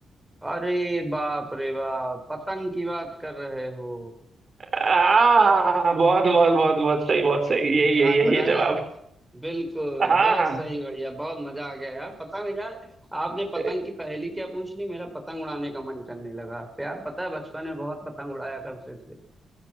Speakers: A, in the centre; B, on the right.
A: अरे बाप रे बाप पतंग की बात कर रहे हो
B: आ, बहुत बहुत बहुत बहुत सही बहुत सही यही
A: दिमाग
B: यही यही
A: लगाया
B: है जवाब
A: बिल्कुल
B: हाँ
A: बहुत
B: हाँ
A: सही बढ़िया बहुत मजा आ गया यार पतंग यार आपने पतंग
B: <laughs>
A: की पहेली क्या पूछ ली मेरा पतंग उड़ाने का मन करने लगा तो यार पता है बचपन में बहुत पतंग उड़ाया करते थे